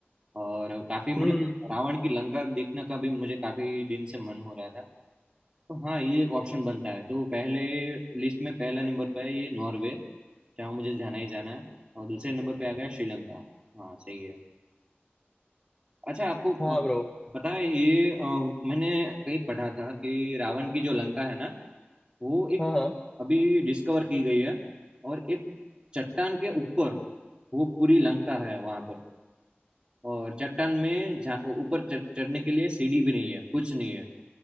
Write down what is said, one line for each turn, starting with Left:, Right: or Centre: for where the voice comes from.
Right: और काफी मतलब
Left: हम्म
Right: रावण की लंका देखने का भी मुझे काफी दिन से मन हो रहा था तो हाँ ये एक ऑप्शन बनता है तो पहले लिस्ट में पहला नंबर पर है ये नॉर्वे जहाँ मुझे जाना ही जाना है और दूसरे नंबर पे आ गया श्रीलंका हाँ सही है अच्छा आपको
Left: हाँ
Right: अ,
Left: ब्रो
Right: पता है ये अ, मैंने कहीं पढ़ा था कि रावण की जो लंका है ना वो एक
Left: हाँ हाँ
Right: अभी डिस्कवर की गई है और एक चट्टान के ऊपर वो पूरी लंका है वहां पर और चट्टान में जा- ऊपर चढ़- चढ़ने के लिए सीढ़ी भी नहीं है कुछ नहीं है